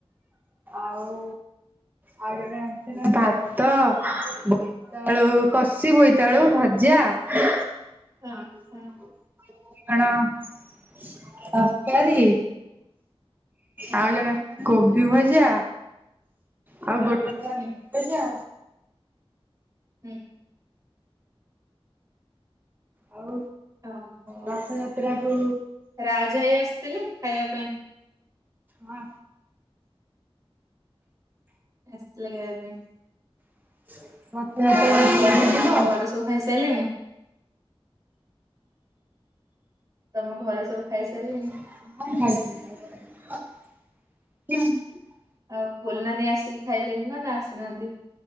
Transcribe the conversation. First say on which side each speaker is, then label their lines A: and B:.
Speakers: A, on the right (about 20°); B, on the right (about 35°).
A: ଆଉ ଆଉ ଜଣେ ଅଛି ନା ଭାତ ବୋଇତାଳୁ କଷି ବୋଇ <unintelligible> ଭଜା ଆଉ <unintelligible>
B: ହଁ
A: ତରକାରୀ
B: ହଁ
A: ଆଉ ଜଣ କୋବି ଭଜା ଆଉ ଗୋଟେ <unintelligible>
B: ହୁଁ।
A: ଭଜା।
B: ହୁଁ।
A: ଆଉ
B: ଓ ହୋ
A: ରଥଯାତ୍ରା କୁ
B: ରାଜ୍ ଭାଇ ଆସିଥିଲେ ଖାଇବା ପାଇଁ।
A: ହଁ।
B: ଆସିଥିଲେ ଖାଇବା ପାଇଁ।
A: <unintelligible>
B: ଆଉ ତମ ଘରେ ତମ ଘରେ ସବୁ ଖାଇସାରିଲେଣି ତମ ଘରେ ସବୁ ଖାଇସାରିଲେଣି?
A: <unintelligible>
B: ଆଉ ବୋଲ୍ ନାନୀ ଆସିକି ଖାଇଲେନି ନା ନା ଆସିନାହାନ୍ତି।